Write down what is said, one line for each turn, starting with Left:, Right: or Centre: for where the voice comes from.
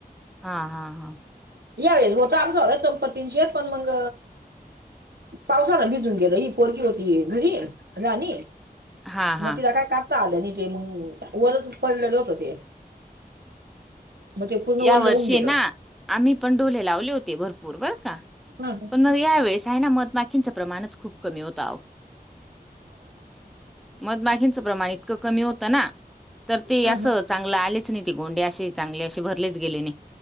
Centre: हा हा हा.
Right: या होत आमचा होला दंपतींशीेत पण मग पावसान भिजून गेलं ही पोरकीी होती घरी राणी
Centre: हा
Right: मग
Centre: हा
Right: तिला काय कापता आलं नाही ते मग वरच पडलेलं होत ते मगजे पूर्ण वर
Centre: या वर्षी
Right: लवऊून गेलं.
Centre: ना आम्ही पण डोले लावले होते भरपूर बर का
Right: हा
Centre: पण मग यावेेळेस चायना मधमाखींचं प्रमाणच खूप कमी होतं. मधमागींचं प्रमाण इतकं कमी होतं ना. तर ते
Right: हा
Centre: असं चांगलं आलेच नाही ती गोंडी असे चांगले असे भरलेच गेले नाही.